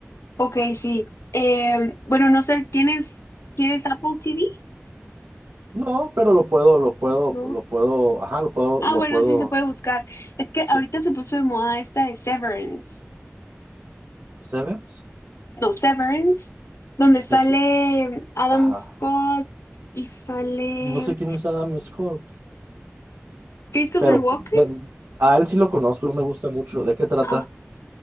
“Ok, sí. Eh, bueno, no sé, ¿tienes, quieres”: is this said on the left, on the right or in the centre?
Left